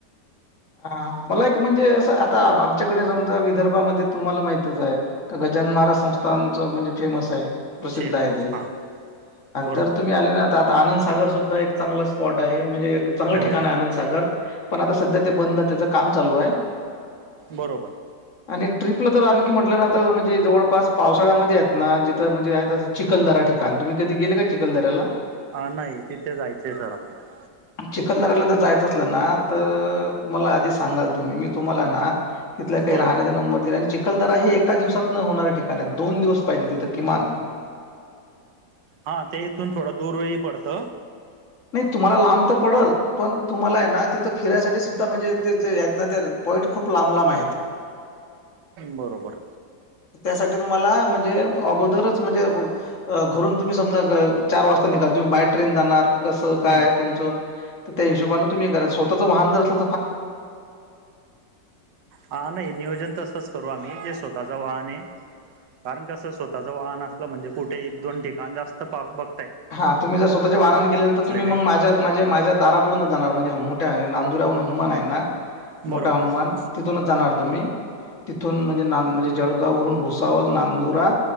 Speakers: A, on the left; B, on the right.
A: हा मला एक म्हणजे असं आता आमच्याकडे समजा, विदर्भामध्ये तुम्हाला माहितच आहे. का? महाजन महाराज संस्थानच म्हणजे फेमस आहे. प्रसिद्ध
B: शेगाव
A: आहे ते
B: हां बरोबर
A: जर तुम्ही आले ना, तर आता आनंदसागर सुद्धा एक चांगलं स्पॉट आहे, म्हणजे एक चांगलं
B: हो
A: ठिकाण आहे. आनंदसागर पण आता सध्या ते बंद, त्याच काम चालू आहे.
B: बरोबर.
A: आणि ट्रिपला तर आणखी म्हटलं ना तर म्हणजे जवळपास पावसाळ्यामध्ये आहेत. ना जिथं म्हणजे आहेत असं, चिखलदरा ठिकाण तुम्ही कधी गेले का चिखलदऱ्याला?
B: हा नाही तिथे जायचंय सर मला
A: चिखलदऱ्याला जायचं असलं ना तर, मला आधी सांगाल. तुम्ही मी तुम्हाला ना तिथल्या काही
B: बरोबर
A: राहण्याचा नंबर दिला, आणि चिखलदरा हे एका दिवसात न होणाऱ्या ठिकाण आहेत. दोन दिवस पाहिजे. तिथं किमान,
B: हा ते इथून थोडं दूरही पडतं.
A: नाही तुम्हाला लांब तर पडल. पण तुम्हाला आहे ना तिथं फिरायसाठी सुद्धा म्हणजे ते जे आहेत ना ते पॉईंट खूप लांब लांब आहेत
B: बरोबर.
A: त्यासाठी तुम्हाला म्हणजे, अगोदर म्हणजे घरून तुम्ही समजा चार वाजता निघाल तर बाय ट्रेन जाणार कस? काय?
B: हं.
A: तुमच त्या हशोबान तुम्ही करा स्वतः वाहन जर असल
B: हा नाही नियोजन तसच करू आम्ही जे स्वतःचा वाहन हे कारण कसं स्वतःच वाहन असलं म्हणजे कुठे एक, दोन ठिकाण जास्त पाह बघ
A: हा तुम्ही जर स्वतःच्या वाहनान गेले तुम्ही मग
B: ते
A: माझ्या माझे माझ्या दारापुडून जाणार, म्हणजे मोठ्या नांदुर्याहून हनुमान आहे ना.
B: बरोबर
A: मोठा हनुमान, तिथूनच जाणार तुम्ही तिथून, म्हणजे म्हणजे जळगाववरून भोस कावल, नांदुरा